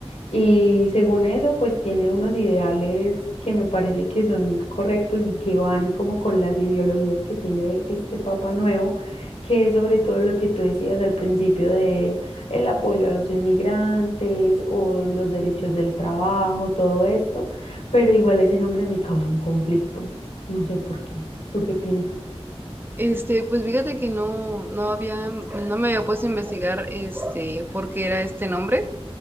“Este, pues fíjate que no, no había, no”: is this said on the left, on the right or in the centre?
Right